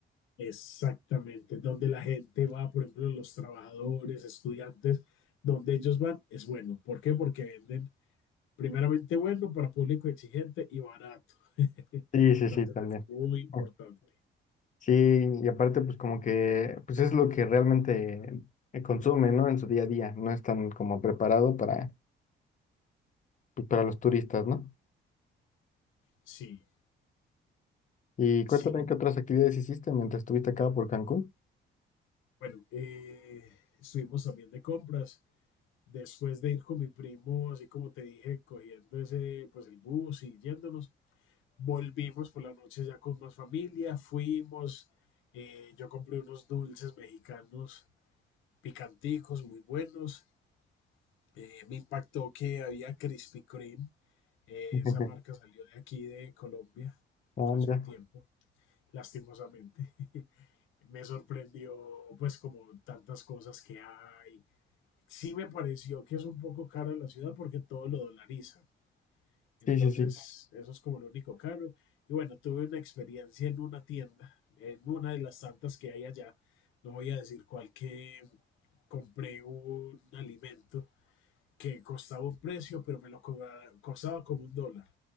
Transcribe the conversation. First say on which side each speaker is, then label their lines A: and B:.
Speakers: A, on the left; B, on the left.
A: Exactamente, donde la gente va, por ejemplo, los trabajadores, estudiantes, donde ellos van, es bueno. ¿Por qué? Porque venden primeramente bueno para público exigente y barato. <laughs>
B: Sí, sí,
A: Entonces
B: sí, también.
A: es muy importante.
B: Ah, Sí, y aparte pues como que pues es lo que realmente eh, consume, ¿no? En su día a día, no es tan como preparado para, pues, para los turistas, ¿no?
A: Sí,
B: Y cuéntame
A: sí.
B: qué otras actividades hiciste mientras estuviste acá por Cancún.
A: Bueno, eh, estuvimos también de compras. Después de ir con mi primo, así como te dije, cogiendo ese, pues el bus y yéndonos, volvimos por la noche ya con más familia, fuimos, eh, yo compré unos dulces mexicanos picanticos, muy buenos. Eh, me impactó que había Krispy Kreme. Eh,
B: <laughs>
A: esa marca salió de aquí, de Colombia,
B: Ah, mira.
A: hace un tiempo, lastimosamente. Me sorprendió, pues, como tantas cosas que hay. Sí me pareció que es un poco cara la ciudad porque todo lo dolarizan. Entonces,
B: Sí, sí, sí.
A: eso es como lo único caro. Y bueno, tuve una experiencia en una tienda, en una de las tantas que hay allá. No voy a decir cuál que compré un alimento que costaba un precio, pero me lo cobraba, costaba como un dólar.